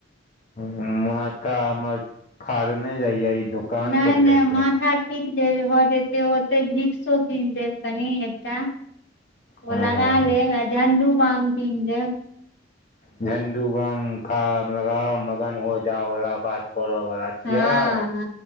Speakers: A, on the left; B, on the left.
A: तऽ हमर फड़ने जाइय ई दोकान
B: नहि
A: पर जाइ
B: नहि माथा।
A: छै
B: ठीक देब भऽ जेतै ओते भिक्सो कीन देब कनि एकटा। ओ
A: हँ
B: लगा लेगा झण्डू बाम पी दे-
A: झंडु बम खा लगाव मगन हो जा वाला बात करऽ वाला छियै
B: ह ह